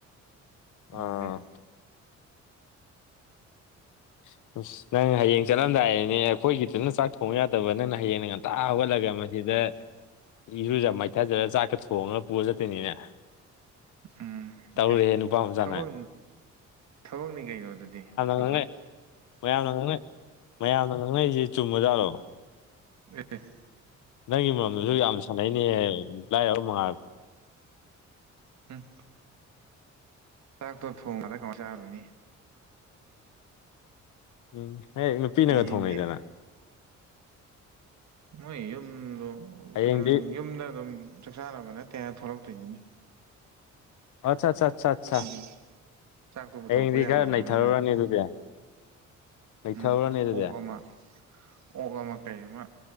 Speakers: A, on the right; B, on the left.
A: ꯑꯗꯨꯦ
B: ꯑꯥ <inaudible> ꯑꯁ ꯅꯪ ꯍꯌꯦꯡ ꯆꯠꯂꯝꯗꯥꯏꯅꯦ ꯑꯩꯈꯣꯏꯒꯤꯗꯨꯅ ꯆꯥꯛ ꯊꯣꯡꯕ ꯌꯥꯗꯕ ꯅꯪꯅ ꯍꯌꯦꯡꯗ ꯉꯟꯇꯥ ꯍꯧꯒꯠꯂꯒ ꯃꯁꯤꯗ ꯁꯤꯗ ꯏꯔꯨꯖ ꯃꯥꯏꯊꯖꯔꯒ ꯆꯥꯛꯀ ꯊꯣꯡꯉꯒ ꯄꯨꯔ ꯆꯠꯇꯣꯏꯅꯤꯅꯦ
A: ꯎꯝ
B: ꯇꯥꯎꯔꯦ
A: ꯑꯦ
B: ꯅꯨꯨꯄꯥ ꯑꯃꯖꯦ
A: ꯊꯕꯛ ꯊꯕꯛꯅꯤ ꯀꯩꯅꯣ ꯑꯗꯨꯗꯤ ꯊꯕꯛ
B: ꯉꯥꯡꯅꯩ ꯃꯌꯥꯝꯅ ꯉꯥꯡꯅ ꯃꯌꯥꯝꯅ ꯉꯥꯡꯅꯔꯤꯁꯦ ꯆꯨꯝꯕꯖꯥꯔꯣ
A: ꯎꯝ
B: ꯅꯪꯒꯤ ꯃꯔꯝꯗꯁꯨ ꯌꯥꯝ ꯁꯥꯟꯅꯩꯅꯦꯍ ꯂꯥꯏꯔꯕ ꯃꯉꯥꯜ
A: ꯎꯝ ꯛꯇꯣ ꯊꯣꯡꯉꯗ ꯀ ꯆꯥꯔꯗꯨꯅꯤ
B: ꯎꯝ ꯍ ꯅꯨꯄꯤꯅꯒ
A: ꯍꯌꯦꯡꯗꯤ
B: ꯊꯣꯡꯅꯩꯗꯅ
A: ꯃꯣꯏ ꯌꯨꯝꯗꯣ
B: ꯍꯌꯦꯡꯗꯤ
A: ꯈ ꯌꯨꯝꯗ ꯑꯗꯨꯝ ꯆꯥꯛ ꯆꯥꯅꯕ ꯅꯠꯇꯦꯅ ꯊꯣꯛꯂꯛꯇꯣꯏꯅꯤ
B: ꯑꯠ ꯑꯠ ꯑꯠ ꯑꯠ
A: ꯍꯥꯏꯗꯤ ꯆꯥꯛꯇꯣ ꯄꯨꯊꯣꯔꯛꯄ
B: ꯍꯌꯦꯡꯗꯤ
A: ꯌꯥꯔꯣꯏꯗꯅ
B: ꯈꯔ ꯅꯩꯊꯔꯨꯔꯅꯤ
A: ꯃꯥꯅꯗꯤ
B: ꯑꯗꯨꯗꯤ ꯂꯩꯊꯔꯅꯦ
A: ꯎꯝ
B: ꯑꯗꯨꯗꯤ
A: ꯑꯣꯛ ꯑꯃ ꯑꯣꯛ ꯑꯃ ꯀꯩ ꯑꯃ